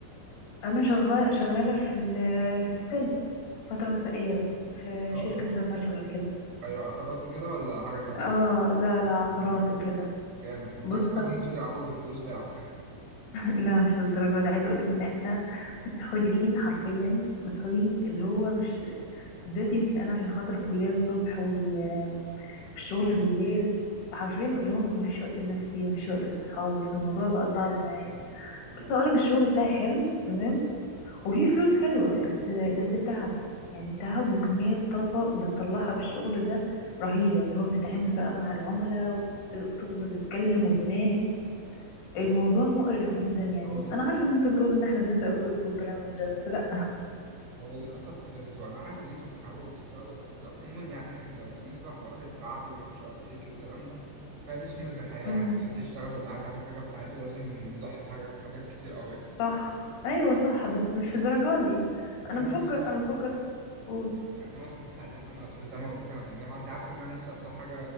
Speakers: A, on the left; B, on the right.
A: انا شغاله شغاله في ال- في السيلز فتره مسائيه بس في
B: اه اه
A: شركه انترناشونال كده
B: ايوه عقارات وكده ولا حاجة تانية؟
A: اه لا لا عقارات
B: جامد
A: وكده
B: جامد انت
A: بص
B: اسمع
A: <laughs>
B: ان انتوا بتلعبوا بالفلوس لعب
A: لا مش للدرجة دي عايزة اقولك ان احنا مسحولين حرفيا مسحولين اللي هو مش بالذات يمكن انا عشان خاطر الكلية الصبح وال- والشغل بالليل حرفيا اللي هو مفيش وقت لنفسي مفيش وقت لاصحابي فالموضوع بقى صعب معايا
B: <laughs> ده
A: بص
B: حقيقي.
A: اقولك الشغل بتاعي حلو تمام وفي فلوس حلوة بس بس تعب يعني تعب وكمية طاقة بتطلعها في الشغل ده رهيبة اللي هو بتتعامل بقى مع العملاء وت- وتفضل تتكلم وتناهد الموضوع
B: هو
A: مقرف جدا يعني
B: هو للأسف
A: انا عارفه ان انتوا بتقولوا ان احنا بنسرق فلوسكم والكلام من ده بس لا
B: هو للأسف انتوا أنا عارف إن انتوا بتتعبوا وبتشتغلوا بس عموما يعني لو بالنسبة لحوارات التعب ومفيش وقت ليكي والكلام ده فدي سنة الحياة
A: امم
B: يعني اللي عايز يشتغل ولا عايز يعمل حاجة في حياته لازم يضحي بحاجة- حاجات كتير أوي يعني
A: صح ايوه صح بس مش الدرجه دي
B: يعني
A: انا بفكر
B: أنا مثلا
A: انا بفكر قول
B: يعني أنا مثلا حاليا أنا في- زي ما قلت لك أنا في الجامعة أنت عارف إن أنا نفسي أفتح حاجة